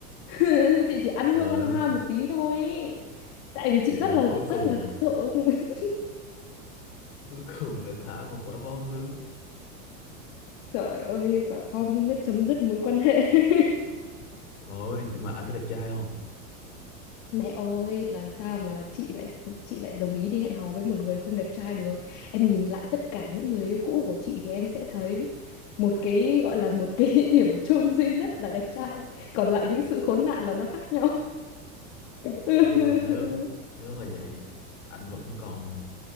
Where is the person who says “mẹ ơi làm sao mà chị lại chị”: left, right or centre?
Left